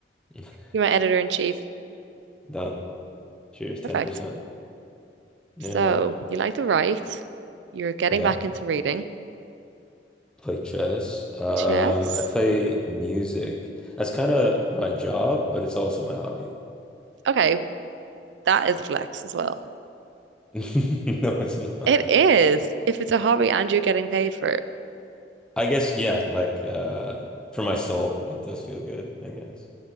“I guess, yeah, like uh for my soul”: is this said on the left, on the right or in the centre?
Centre